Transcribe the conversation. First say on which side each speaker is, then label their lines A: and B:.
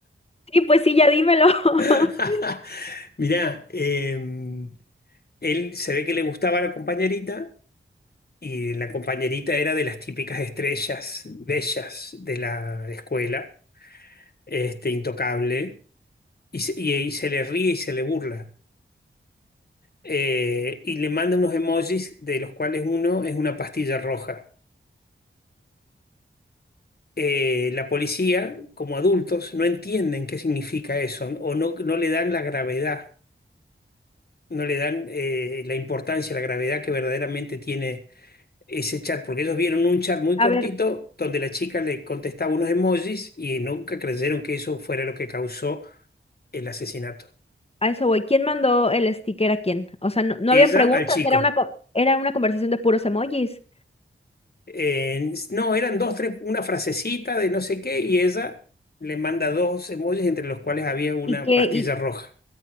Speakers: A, on the left; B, on the left.
A: Sí, pues sí, ya dímelo. <laughs>
B: <laughs> Mirá, em, él se ve que le gustaba la compañerita y la compañerita era de las típicas estrellas bellas de la escuela, este, intocable, y, se y- y se le ríe y se le burla. eh, y le manda unos emojis de los cuales uno es una pastilla roja. Eh, la policía, como adultos, no entienden qué significa eso o no, no le dan la gravedad, no le dan eh, la importancia, la gravedad que verdaderamente tiene ese chat, porque ellos vieron un chat muy cortito
A: A ver,
B: donde la chica le contestaba unos emojis y nunca creyeron que eso fuera lo que causó el asesinato.
A: a eso voy. ¿Quién mandó el sticker a quién? O sea, no, no
B: Ella
A: habían preguntas,
B: al chico.
A: era una, co- era una conversación de puros emojis.
B: Eh, no, eran dos, tres, una frasecita de no sé qué, y ella le manda dos emojis entre los cuales había una
A: ¿Y qué?
B: pastilla
A: Y,
B: roja,